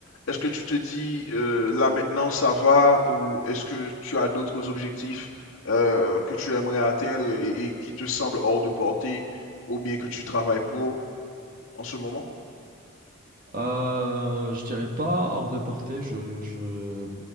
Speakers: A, on the left; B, on the right.
A: est-ce que tu te dis euh, là maintenant ça va ou est-ce que tu as d'autres objectifs euh, que tu aimerais atteindre et, et qui te semblent hors de portée ou bien que tu travailles pour en ce moment?
B: Euh, je dirais pas hors de portée. Je, je...